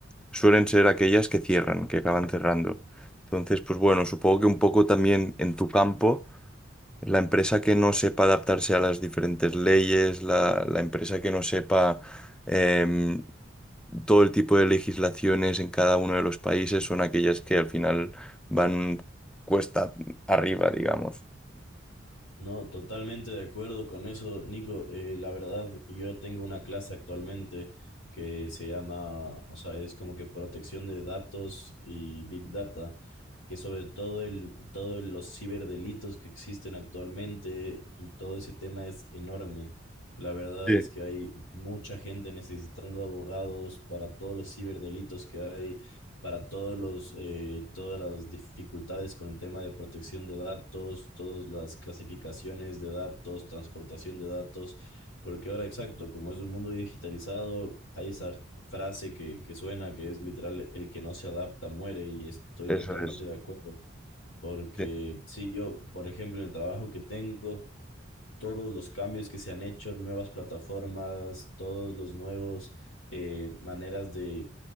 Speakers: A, in the centre; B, on the left (about 85°).
A: suelen ser aquellas que cierran, que acaban cerrando. Entonces, pues bueno, supongo que un poco también en tu campo. La empresa que no sepa adaptarse a las diferentes leyes, la, la empresa que no sepa em, todo el tipo de legislaciones en cada uno de los países son aquellas que al final van cuesta arriba, digamos.
B: No, totalmente de acuerdo con eso, Nico. Eh, la verdad, yo tengo una clase actualmente que se llama, o sea, es como que protección de datos y Big Data, que sobre todo el, todos los ciberdelitos que existen actualmente y todo ese tema es enorme. La verdad
A: Sí,
B: es que hay mucha gente necesitando abogados para todos los ciberdelitos que hay para todos los, eh, todas las dificultades con el tema de protección de datos, todas las clasificaciones de datos, transportación de datos, porque ahora exacto, como es un mundo digitalizado, hay esa frase que, que suena, que es literal, el que no se adapta muere, y estoy
A: Eso
B: totalmente
A: es,
B: de acuerdo, porque
A: sí,
B: si yo, por ejemplo, en el trabajo que tengo, todos los cambios que se han hecho, nuevas plataformas, todos los nuevos eh, maneras de